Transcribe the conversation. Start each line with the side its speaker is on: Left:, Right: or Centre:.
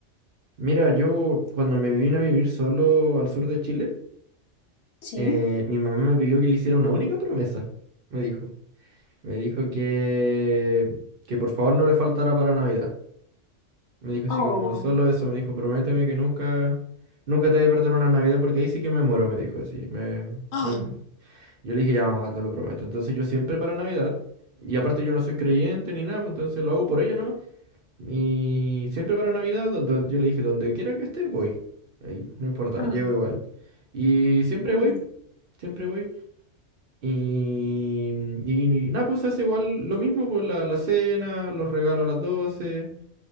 Right: Mira, yo cuando me vine a vivir solo al sur de Chile,
Left: Sí.
Right: eh, mi mamá me pidió que le hiciera una única promesa, me dijo. Me dijo que, que por favor no le faltara para Navidad. Me dijo así
Left: Oh,
Right: como, solo eso, me dijo, prométeme que nunca, nunca te voy a perder una Navidad porque ahí sí que me muero, me dijo así. Me,
Left: oh,
Right: me- Yo le dije, ya mamá, te lo prometo. Entonces yo siempre para Navidad, y aparte yo no soy creyente ni nada, pues entonces lo hago por ella nomás. Y siempre para Navidad, do- do- yo le dije, donde quiera que esté, voy. Ahí, no importa,
Left: oh,
Right: llego igual. Y siempre
Left: qué bonito.
Right: voy, siempre voy. Y, y, y nada, pues se hace igual lo mismo por la, la cena, los regalos a las doce